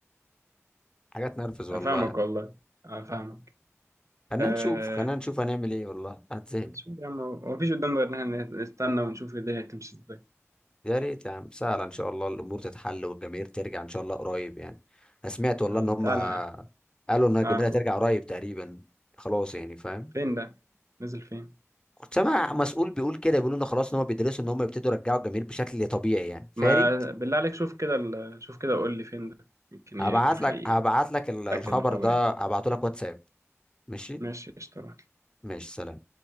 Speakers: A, on the left (about 15°); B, on the right (about 85°).
A: حاجه تنرفز والله
B: انا فاهمك
A: يعني.
B: والله انا فاهمك
A: خلينا
B: آه
A: نشوف خلينا نشوف هنعمل ايه والله هتزهق
B: هنشوف يا عم هو مفيش قدامنا غير إن إحنا نستنى ونشوف الدنيا هتمشي إزاي
A: يا ريت يا عم سهله ان شاء الله الامور تتحل والجماهير ترجع ان شاء الله قريب يعني انا سمعت والله
B: يلا
A: ان هم
B: تعالى
A: قالوا ان الجماهير
B: آه
A: هترجع
B: قول.
A: قريب تقريبا خلاص يعني فاهم
B: فين ده؟ نزل فين؟
A: كنت سامع مسؤول بيقول كده بيقولوا ان خلاص ان هم بيدرسوا ان هم يبتدوا يرجعوا الجماهير بشكل طبيعي يعني فاري
B: ما بالله عليك شوف كده ال... شوف كده قول لي فين ده؟ يمكن
A: هبعت
B: يكون حقيقي
A: لك هبعت لك ال- الخبر
B: أتأكد من الخبر
A: ده
B: يعني
A: هبعته لك واتساب ماشي
B: ماشي قشطة
A: ماشي سلام